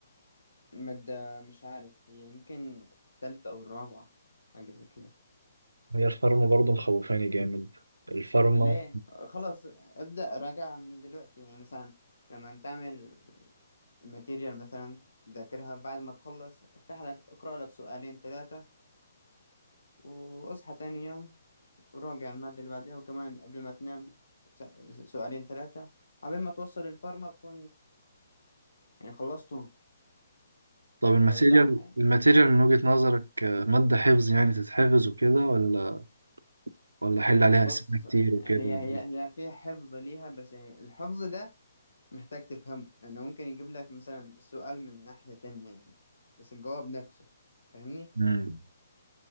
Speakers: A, on the left; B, on the right.
A: مادة مش عارف هي يمكن التالتة أو الرابعة حاجة زي كده
B: هي الفارما برضه مخوفاني جامد الفارما
A: ليه خلاص ابدأ راجعها من دلوقتي يعني مثلا لما تعمل الماتيريال مثلا ذاكرها بعد ما تخلص افتح لك اقرأ لك سؤالين ثلاثة واصحى تاني يوم وراجع المادة اللي بعدها وكمان قبل ما تنام س- سؤالين ثلاثة قبل ما توصل الفارما بكون يعني خلصتهم
B: طب الماتيريال
A: وزعها يعني.
B: الماتيريال من وجهة نظرك آه، مادة حفظ يعني تتحفظ وكده ولا ولا حل عليها
A: بص
B: أسئلة كتير وكده
A: هي هي هي فيها حفظ ليها بس يعني الحفظ ده محتاج تفهمه لأنه ممكن يجيب لك مثلا السؤال من ناحية تانية يعني بس الجواب نفسه فاهمني؟
B: مم.